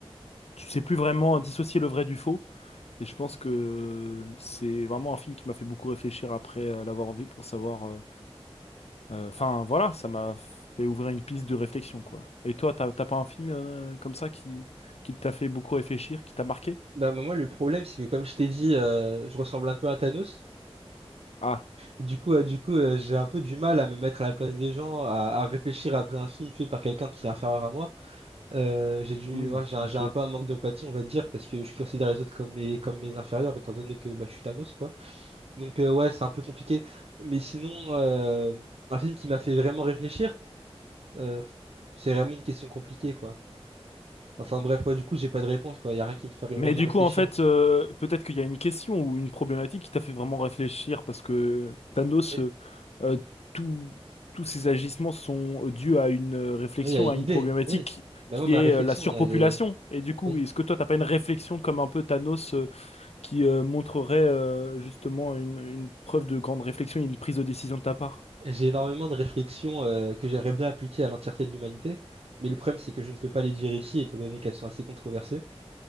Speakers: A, on the left; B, on the right.
A: tu sais plus vraiment dissocier le vrai du faux. Et je pense que euh, c'est vraiment un film qui m'a fait beaucoup réfléchir après euh, l'avoir vu pour savoir euh, euh, Enfin, voilà, ça m'a fait ouvrir une piste de réflexion, quoi. Et toi, t'as t'as pas un film euh, comme ça qui, qui t'a fait beaucoup réfléchir, qui t'a marqué?
B: Bah, bah, moi, le problème, c'est que comme je t'ai dit, euh, je ressemble un peu à Thanos.
A: Ah,
B: Du coup, euh, du coup, euh, j'ai un peu du mal à me mettre à la place des gens, à à réfléchir après un film fait par quelqu'un qui est inférieur à moi. Euh, j'ai dû,
A: hmm,
B: ouais, j'ai un,
A: ok.
B: j'ai un peu un manque d'empathie, on va dire, parce que je considère les autres comme mes, comme mes inférieurs, étant donné que bah, je suis Thanos, quoi. Donc, euh, ouais, c'est un peu compliqué. Mais sinon, euh, un film qui m'a fait vraiment réfléchir, euh, c'est vraiment une question compliquée, quoi. Enfin, bref, ouais, du coup, j'ai pas de réponse, quoi. Il y a rien qui me ferait
A: Mais
B: vraiment
A: du
B: réfléchir.
A: coup, en fait, euh, peut-être qu'il y a une question ou une problématique qui t'a fait vraiment réfléchir parce que Thanos,
B: Et-
A: euh, euh, tout- tous ses agissements sont dus à une euh, réflexion,
B: oui, Il y a une
A: à
B: idée,
A: une problématique
B: oui. Mais
A: qui
B: moi, ma
A: est
B: réflexion,
A: euh, la surpopulation.
B: elle est.
A: Et du coup,
B: Oui.
A: est-ce que toi, t'as pas une réflexion comme un peu Thanos euh, qui euh, montrerait euh, justement une, une preuve de grande réflexion et une prise de décision de ta part.
B: J'ai énormément de réflexions euh, que j'aimerais bien appliquer à l'entièreté de l'humanité, mais le problème, c'est que je ne peux pas les dire ici, étant donné qu'elles sont assez controversées.